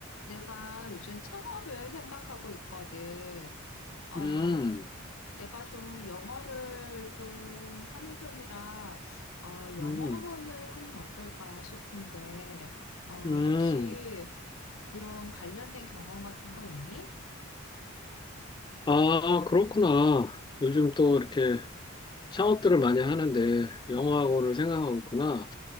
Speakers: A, on the left; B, on the left.
A: 내가 요즘 창업을 생각하고 있거든. 어,
B: 음,
A: 내가 좀 영어를 좀 하는 편이라, 어, 영어
B: 음,
A: 학원을 하면 어떨까 싶은데, 어,
B: 음.
A: 혹시 이런 관련된 경험 같은 거 있니?
B: 아, 그렇구나. 요즘 또 이렇게 창업들을 많이 하는데 영어학원을 생각하고 있구나.